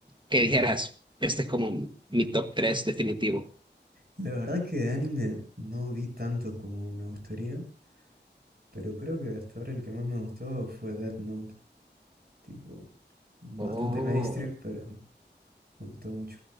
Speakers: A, on the right; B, on the right.
A: que dijeras, este es como mi top tres definitivo?
B: La verdad que de anime no vi tanto como me gustaría, pero creo que hasta ahora el que más me gustó fue Death Note, tipo bastante
A: Oh.
B: mainstream, pero me gustó mucho.